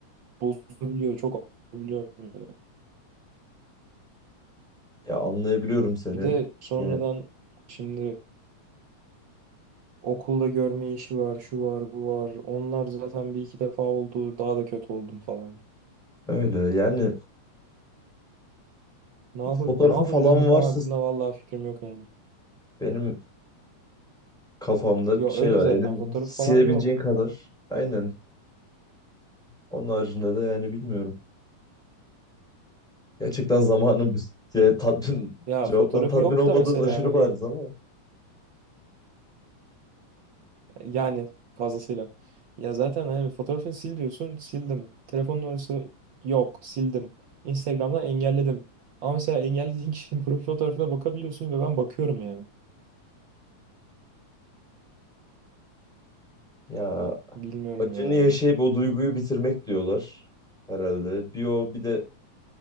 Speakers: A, on the right; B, in the centre.
A: bozulabiliyor. Çok olabiliyor. böyle.
B: Ya anlayabiliyorum seni.
A: Bir de sonradan
B: Yine
A: şimdi okulda görme işi var, şu var, bu var. Onlar zaten bir iki defa oldu. Daha da kötü oldum falan.
B: öyle. Yani
A: Ne yapab
B: fotoğrafı
A: ne yapabilirim
B: falan
A: bu konu
B: varsa
A: hakkında vallahi fikrim yok yani.
B: benim kafamda
A: Yo
B: şey
A: öyle
B: var.
A: zaten
B: Elin
A: fotoğraf
B: silebileceğin
A: falan yok.
B: kadar. Aynen. Onun haricinde de yani bilmiyorum. Gerçekten zamanın bir <laughs> şey, tatmin
A: Ya
B: cevaptan
A: fotoğrafı
B: tatmin
A: yok
B: olmadığın
A: da mesela
B: aşırı
A: hani
B: bariz ama
A: yani fazlasıyla. Ya zaten hani fotoğrafını sil diyorsun sildim. Telefon numarası yok sildim. Instagram'dan engelledim. Ama mesela engellediğin kişinin <laughs> profil fotoğrafına bakabiliyorsun ve ben bakıyorum yani.
B: ya
A: Bilmiyorum
B: acını
A: ya.
B: yaşayıp o duyguyu bitirmek diyorlar herhalde. Bir o bir de